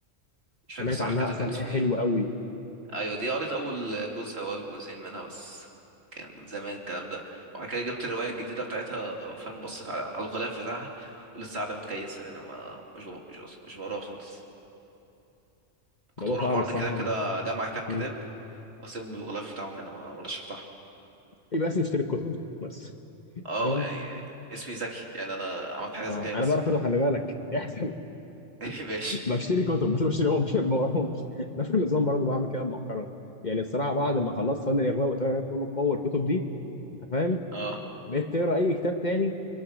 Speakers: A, on the right (about 55°); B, on the left (about 35°).
A: مش فاكر
B: سمعت
A: الصراحه
B: عنها
A: كاتب
B: أصلا
A: كان
B: إن
A: اسمه
B: هي حلوة
A: ايه
B: أوي
A: ايوه دي قريت اول جزء او اول جزئين منها بس كان من زمان الكلام ده وبعد كده جبت الروايه الجديده بتاعتها فاهم بصيت على على الغلاف بتاعها ولسه قاعده متكيسه انا ما مش بب- مش بص- مش بقراها خالص كنت
B: الموضوع
A: بروح
B: صعب
A: معرض
B: الصراحة
A: الكتاب كده اجمع كام كتاب
B: مم.
A: واسيبهم بالغلاف بتاعهم هنا ما برضاش افتحهم
B: يبقى اسمي اشتري الكتب بس
A: اه
B: تمام
A: يعني اسمي ذكي يعني انا عملت حاجه
B: آه
A: ذكيه بس
B: أنا بقرا
A: ما
B: كتب خلي بالك <laughs> احسن
A: <laughs> ماشي
B: بشتري كتب بس بشتريهمش <laughs> ما بقراهمش نفس النظام برضه بعمل كده مؤخرا يعني الصراحه بعد ما خلصت فن الاغواء وتمام كله قوه الكتب دي انت فاهم
A: اه
B: بقيت تقرا اي كتاب تاني